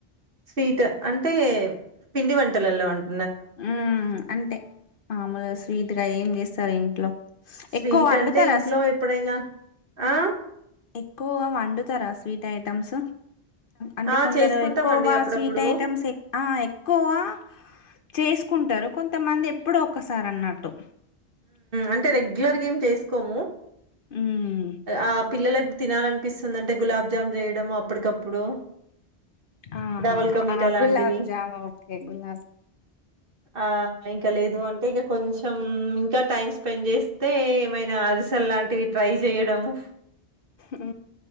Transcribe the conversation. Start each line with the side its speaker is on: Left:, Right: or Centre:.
Right: స్వీట్ అంటే పిండి వంటలల్లో అంట
Left: ఉ అంటే మామూలుగా స్వీట్ గా ఏం చేస్తారు ఇంట్లో
Right: స్వీట్
Left: ఎక్కువ వండుతారా
Right: అంటే ఇంట్లో ఎప్పుడైనా ఆ
Left: ఎక్కువగా వండుతారా స్వీట్ ఐటెమ్స్ అంటే
Right: ఆ
Left: కొందరు
Right: చేసుకుంటామండి
Left: ఎక్కువవా
Right: అప్పుడప్పుడు.
Left: స్వీట్ ఐటెమ్స్ ఎక్కువా చేసుకుంటారు కొంతమంది ఎప్పుడు ఒకసారి అన్నట్టు
Right: అంటే రెగ్యులర్గా ఏమి చేసుకోము
Left: హ్మ్.
Right: ఆ పిల్లల తినాలనిపిస్తుంది అంటే గులాబ్జామ్ చేయడం అప్పటికప్పుడు
Left: ఆహా
Right: డబల్ కా మీఠా లాంటివి.
Left: గులాబజామ ఓకే గులాబ
Right: ఆ ఇంకా లేదు అంటే ఇక కొంచెం ఇంకా టైమ్ స్పెండ్ చేస్తే ఏమైనా అరిసెల్ లాంటివి ట్రై చేయడంము
Left: ఉ